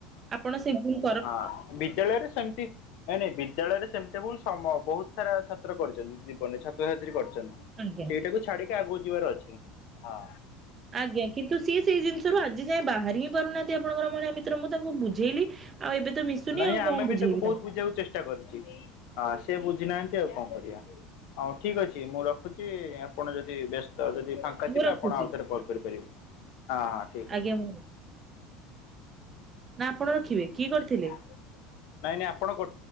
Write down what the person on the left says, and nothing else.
ହଁ ବିଦ୍ୟାଳୟରେ ସେମିତି ନାଇଁ ନାଇଁ ବିଦ୍ୟାଳୟରେ ସେମିତି ଭୁଲ ସମ ବହୁତ ସାରା ଛାତ୍ର କରିଛନ୍ତି ଜୀବନରେ ଛାତ୍ରଛାତ୍ରୀ କରିଛନ୍ତି।
ସେଇଟାକୁ ଛାଡ଼ିକି ଆଗକୁ ଯିବାର ଅଛି ହଁ।
ନାଇଁ
ଆମେ ବି
ତାକୁ ବହୁତ
ବୁଝିବାକୁ ଚେଷ୍ଟା କରିଛି ସେ ବୁଝି ନାହାନ୍ତି ଆଉ କଣ କରିବା। ହଉ ଠିକ୍ ଅଛି ମୁଁ ରଖୁଛି ଆପଣ ଯଦି ବ୍ୟସ୍ତ ଅଛନ୍ତି ଫା ଙ୍କା
ଥିବେ
ଆପଣ ଆଉ ଥରେ କଲ୍ କରିପାରିବେ ହଁ ହଁ ଠିକ୍
ଅଛି।
ନାଇଁ ନାଇଁ ଆପଣ କ